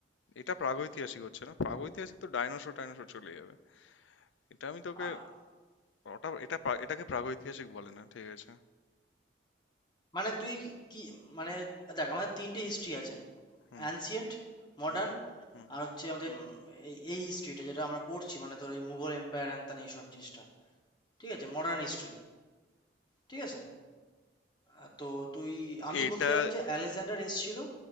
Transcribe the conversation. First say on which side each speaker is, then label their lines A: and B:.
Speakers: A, on the left (about 80°); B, on the left (about 25°).
A: এটা প্রাগৈতিহাসিক হচ্ছে না প্রাগৈতিহাসিক তো ডাইনোসর টাইনোসর চলে যাবে এটা আমি তোকে
B: আ-
A: ওটা এটা প্রা- এটাকে প্রাগৈতিহাসিক বলে না ঠিক আছে
B: মানে তুই কি মানে দেখ আমাদের তিনটে হিস্ট্রি আছে
A: হুম
B: অ্যানসিয়েন্ট মডার্ন
A: হুম হুম
B: আর হচ্ছে আমাদের উম, এই এই হিস্ট্রিটা যেটা আমরা পড়ছি মানে তোর এই মুঘল এম্পায়ার হ্যান ত্যান এইসব জিনিসটা ঠিক আছে মডার্ন হিস্ট্রি ঠিক আছে আহ, তো তুই আমি
A: এটা
B: বলতে চাইলাম যে আলেকজান্ডার এসছিল